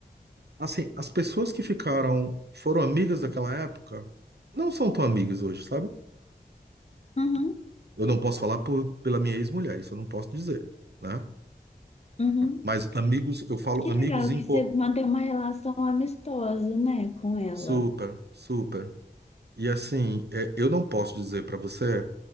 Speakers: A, on the right; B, on the left.
A: assim, as pessoas que ficaram, foram amigas daquela época, não são tão amigas hoje, sabe?
B: uhum,
A: Eu não posso falar por- pela minha ex-mulher, isso eu não posso dizer, né?
B: uhum.
A: Mas amigos, eu falo
B: Que
A: amigos
B: legal
A: em
B: que
A: co-
B: você mantém uma relação amistosa, né, com ela.
A: super, super. E assim, é, eu não posso dizer para você